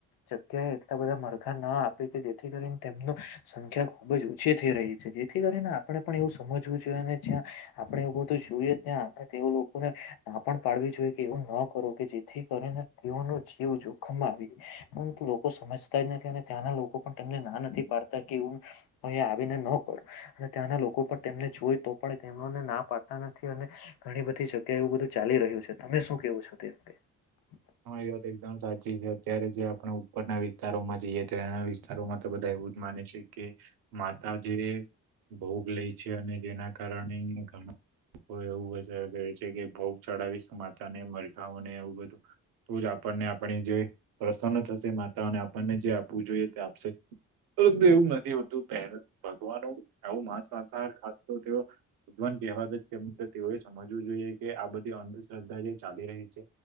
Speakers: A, on the left; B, on the right.
A: જગ્યાએ એટલા બધા મરઘા ના આપી જેથી કરીને તેમનું સંખ્યા ખુબ જ ઓછી થઈ રહી છે, જેથી કરીને આપડણે પણ એવું સમજવું જ્યા આપણે એવું બધું જોઈએ ત્યા આપ તે લોકોને ના પણ પાડવી જોઈએ કે એવું ન કર જેથી કરીને તેઓનો જીવ જોખમમાં આવી પરંતુ લોકો સમજતા જ નથી અને ત્યાંના લો કો તેમને ના નથી પાડતા કે હું અહી આવીને ન કરું અને ત્યાંના લોકો પણ તેમને જોઈ તો પણ તેમનોને ના પાડતા નથી અને ઘણી બધી જગ્યાએ એવું બધું ચાલી રહ્યું છે, તમે શું કેવું છો તે? <unintelligible>
B: હ એ વાત એકદમ સાચી છે, અત્યારે જે આપણે ઉપરના વિસ્તારોમાં જઈએ તો એના વિસ્તારોમાં તો બધા એવું જ માને છે, કે માતા જે ભોગ લેય છે, અને જેના કારણે ઘણા લોકો એવું વધારે કરે છે કે ભોગ ચડાવીસ માતાને મરઘાને એવું બધું તો જ આપણને આપણી જે પ્રસન્ન થશે માતાઓને આપણને જે આપવું જોઈએ તે આપશે. પરંતુ એવું નથી હોતું પ ભગવાન આવું માંસ વાસહાર ખાધતો તેઓ ભગવાન કહેવાત તેમ તેઓએ સમજવું જોઈએ કે આ બધી અંધશ્રદ્ધા જે ચાલી રહી છે.